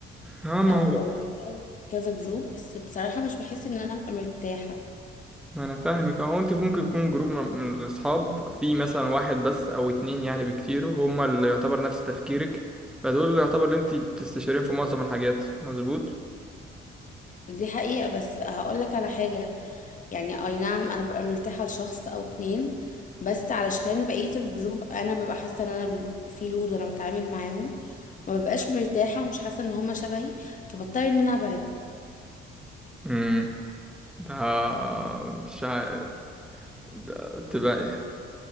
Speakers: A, in the centre; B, on the left (about 40°).
A: اه ما
B: ابقى
A: هو
B: وفي كذا جروب بس بصراحة مش بحس ان انا ابقى مرتاحة
A: ما انا فاهمك اهو انت ممكن يكون جروب من من الاصحاب في مثلا واحد بس او اتنين يعني بكتير هما اللي يعتبر نفس تفكيرك فدول اللي يعتبر اللي انت بتستشيرين في معظم الحاجات مظبوط
B: دي حقيقة بس هقول لك على حاجة يعني اي نعم انا ببقى مرتاحة لشخص او اتنين بس علشان بقية الجروب انا ببقى حاسة ان انا في لود وانا بتعامل معاهم ما ببقاش مرتاحة ومش حاسة ان هما شبهي فبضطر ان انا ابعد
A: مم. آه مش عارف ده- بتبقى